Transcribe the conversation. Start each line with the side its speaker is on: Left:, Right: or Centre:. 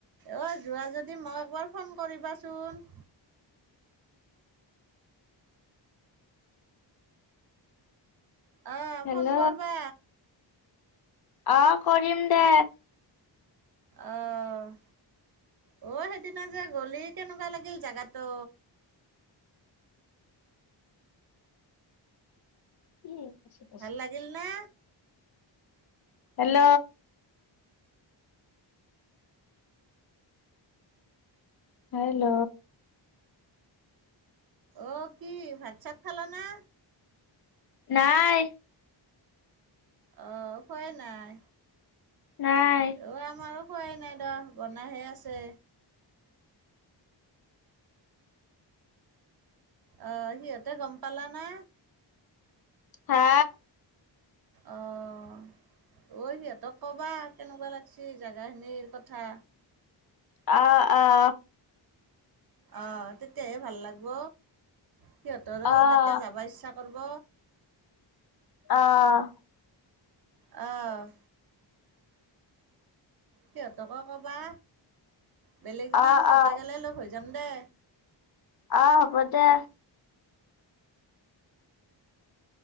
Right: অ ', যোৱা যদি মোক একবাৰ ফোন কৰিবাচোন। অঁ,
Left: হেল্ল'
Right: ফোন কৰিবা।
Left: অঁ, কৰিম দে।
Right: অ'। অ', সেইদিনা যে গলি, কেনেকুৱা লাগিল জেগাটো।
Left: <inaudible>
Right: ভাল লাগিল না?
Left: হেল্ল'। হেল্ল'।
Right: অ', কি, ভাত চাত খাল না?
Left: নাই।
Right: অ', খোৱা নাই।
Left: নাই।
Right: অ', আমাৰো খোৱাই নাই দে, বনাইহে আছে। অ', সিহঁতে গম পালা না?
Left: হা?
Right: আহ। ঐ সিহঁতক ক'বা, কেনেকুৱা লাগিছে জেগাখিনিৰ কথা।
Left: অ', অ'।
Right: অঁ, তেতিয়াহে ভাল লাগিব, সিহঁতৰ
Left: আহ
Right: তেতিয়া যাব ইচ্ছা কৰিব।
Left: অ'।
Right: অঁ। সিহঁতকো ক'বা, বেলেগ দিনা
Left: আহ
Right: আমি গোটেইগালে
Left: আহ
Right: লগ হৈ যাম দে।
Left: অ', হ'ব দে।